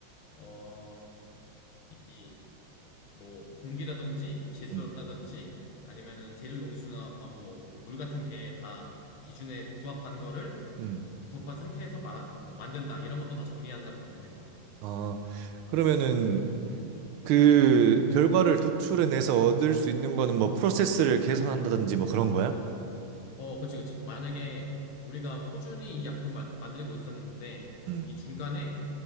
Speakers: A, on the left (about 80°); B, on the right (about 85°).
A: 어, 이 뭐 공기라든지 질소라든지
B: 음,
A: 아니면은 제조 용수나 뭐 물 같은 게 다 기준에 부합한 거를
B: 음.
A: 부합한 상태에서 말한 뭐 만든다 이런 것도 다 정리한다고 보면 될 것 같아.
B: 아, 그러면은 그 결과를 도출해내서 얻을 수 있는 거는 뭐 프로세스를 개선한다든지 뭐 그런 거야?
A: 어, 그치, 그치. 만약에 우리가 꾸준히 이 약품을 만- 만들고 있었는데
B: 음,
A: 이 중간에